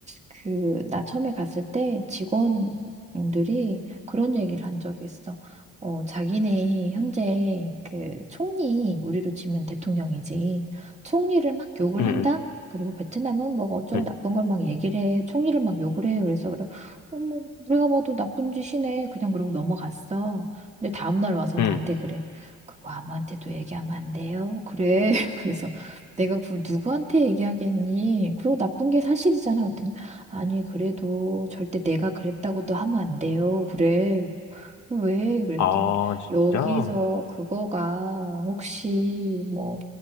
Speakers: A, on the right (about 20°); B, on the left (about 70°).
A: 그, 나 처음에 갔을 때 직원들이 그런 얘기를 한 적이 있어. 어, 자기네 현재 그 총리, 우리로 치면 대통령이지. 총리를 막 욕을
B: 응,
A: 한다?
B: 응,
A: 그리고 베트남은 뭐 어쩌고
B: 응,
A: 나쁜 걸 막 얘기를 해. 총리를 막 욕을 해. 그래서 그래. 어머, 우리가 봐도 나쁜 짓이네. 그냥 그러고 넘어갔어. 근데 다음날 와서
B: 응.
A: 나한테 그래. 그거 아무한테도 얘기하면 안 돼요. 그래. <laughs> 그래서 내가 그걸 누구한테 얘기하겠니? 그리고 나쁜 게 사실이잖아. 아니, 그래도 절대 내가 그랬다고도 하면 안 돼요. 그래. 왜? 그랬더니,
B: 아, 진짜?
A: 여기서
B: 어,
A: 그거가 혹시 뭐,